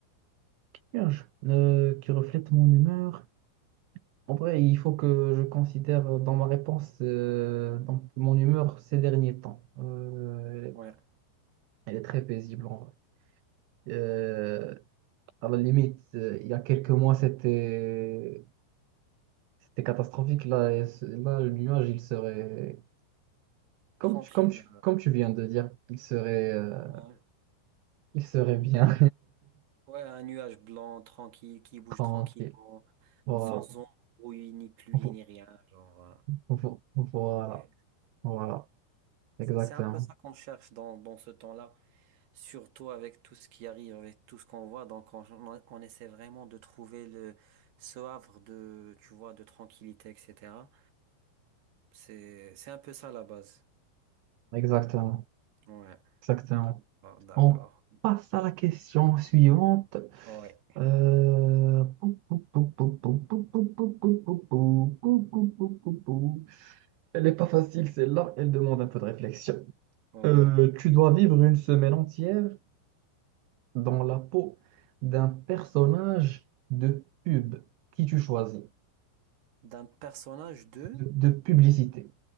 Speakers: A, on the right; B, on the right.
A: nuage euh, qui reflète mon humeur. En vrai, il faut que je considère dans ma réponse euh, donc mon humeur ces derniers temps. Euh, elle est,
B: Ouais,
A: elle est très paisible en vrai. Euh, à la limite, euh, il y a quelques mois, c'était c'était catastrophique. Là, et ce- là, le nuage, il serait comme
B: tranquille.
A: tu, comme tu, comme tu viens de dire, il serait euh,
B: Ouais.
A: il serait bien
B: Ouais, un nuage blanc, tranquille, qui bouge
A: <laughs> tranquille.
B: tranquillement,
A: Voilà,
B: sans embrouille, ni pluie,
A: Vo-
B: ni rien. Genre, euh,
A: vo- vo- voilà,
B: ouais.
A: voilà, exactement,
B: C'est un peu ça qu'on cherche dans, dans ce temps-là, surtout avec tout ce qui arrive, avec tout ce qu'on voit. Donc, on, on- essaie vraiment de trouver le, ce havre de, tu vois, de tranquillité, etc. C'est, c'est un peu ça la base.
A: exactement,
B: Ouais.
A: exactement.
B: D'accord, d'accord.
A: On passe à la question suivante.
B: Ouais.
A: Euh, pou, pou, pou, pou, pou, pou, pou, pou, pou, pou, pou, pou, pou, pou, pou, pou. Elle n'est pas facile, celle-là. Elle demande un peu de réflexion.
B: Ouais.
A: Euh, tu dois vivre une semaine entière dans la peau d'un personnage de pub. Qui tu choisis?
B: D'un personnage de...
A: De, de publicité.